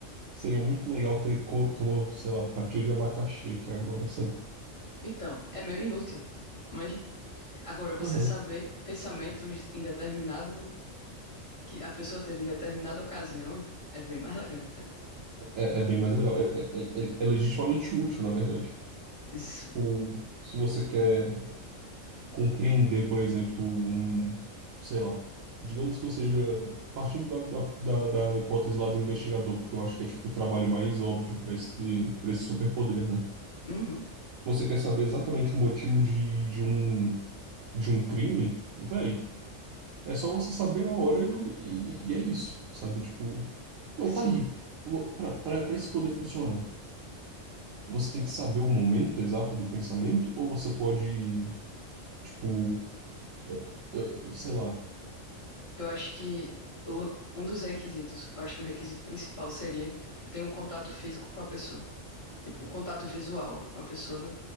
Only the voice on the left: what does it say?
então, é meio inútil. Mas agora você
saber pensamentos em determinado que a pessoa teve em determinada ocasião é bem mais legal, cara.
Isso.
Uhum.
Sim.
Eu acho que o- um dos requisitos, eu acho que o requisito principal seria ter um contato físico com a pessoa. Tipo, um contato visual com a pessoa, né?